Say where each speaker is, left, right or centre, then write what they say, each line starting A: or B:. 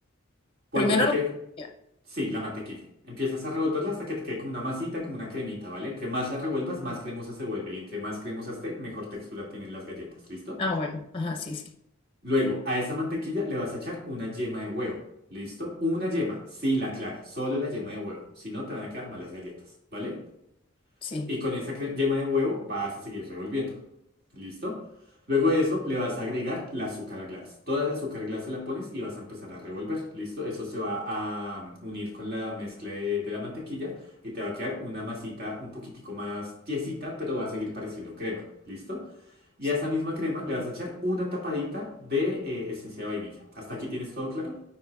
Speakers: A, on the right; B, on the left.
A: Cuando
B: Primero
A: te quede...
B: la comida.
A: Sí, la mantequilla. Empiezas a revolverla hasta que te quede como una masita, como una cremita, ¿vale? Entre más la revuelvas, más cremosa se vuelve. Y entre más cremosa esté, mejor textura tienen las galletas, ¿listo?
B: Ah, bueno. Ajá, sí, sí.
A: Luego, a esa mantequilla le vas a echar una yema de huevo, ¿listo? Una yema, sin la clara, solo la yema de huevo. Si no, te van a quedar malas galletas, ¿vale?
B: Sí,
A: Y con esa cre- yema de huevo vas a seguir revolviendo. ¿Listo? Luego de eso le vas a agregar la azúcar glass. Toda la azúcar glass se la pones y vas a empezar a revolver. ¿Listo? Eso se va a mm, unir con la mezcla de, de la mantequilla y te va a quedar una masita un poquitico más tiesita, pero va a seguir pareciendo crema. ¿Listo? Y
B: sí.
A: a esa misma crema le vas a echar una tapadita de eh, esencia de vainilla. ¿Hasta aquí tienes todo claro?